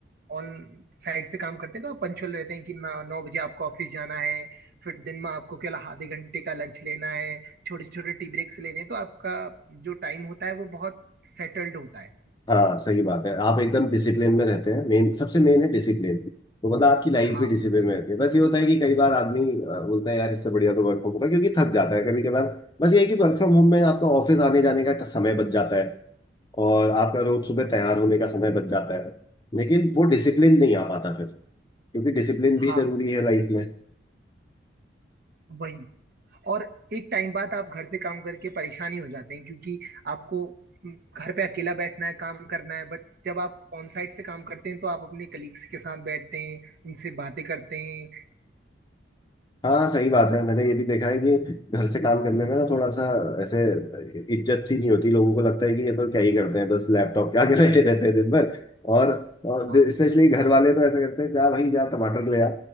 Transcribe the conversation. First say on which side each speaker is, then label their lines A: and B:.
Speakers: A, on the right; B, on the left.
A: ऑन साइड से काम करते हैं तो आप पंचुअल रहते हैं कि ना नौ बजे आपको ऑफिस जाना है फिर दिन में आपको केवल आधे घंटे का लंच लेना है छोटे छोटे टी ब्रेक्स लेने हैं तो आपका जो टाइम होता है वो बहुत सेटल्ड होता है
B: हाँ, सही बात है आप एकदम डिसिप्लिन में रहते हैं मेन सबसे मेन है डिसिप्लिन तो मतलब आपकी लाइफ
A: हाँ
B: भी डिसिप्लिन में रहती है बस ये होता है कि कई बार आदमी अ, बोलता है यार इससे बढ़िया तो वर्क फ्रॉम होता है क्योंकि थक जाता है कभी कभार बस ये है कि वर्क फ्रॉम होम में आपका ऑफिस आने जाने का समय बच जाता है और आपका रोज सुबह तैयार होने का समय बच जाता है लेकिन वो डिसिप्लिन नहीं आ पाता फिर क्योंकि डिसिप्लिन भी
A: हाँ
B: जरूरी है लाइफ में
A: वही और एक टाइम बाद आप घर से काम करके परेशानी हो जाते हैं क्योंकि आपको हम्म, घर पे अकेला बैठना है काम करना है बट जब आप ऑन साइट से काम करते हैं तो आप अपने कलीग्स के साथ बैठते हैं उनसे बातें करते हैं
B: हाँ सही बात है मैंने ये भी देखा है कि घर से काम करने में ना थोड़ा सा ऐसे इज्जत सी नहीं होती लोगों को लगता है कि ये तो क्या ही करते हैं बस लैपटॉप क्या के आगे बैठे रहते हैं दिन भर और, और
A: हाँ
B: स्पेशली घर वाले तो ऐसा करते हैं जा भाई जा टमाटर ले आ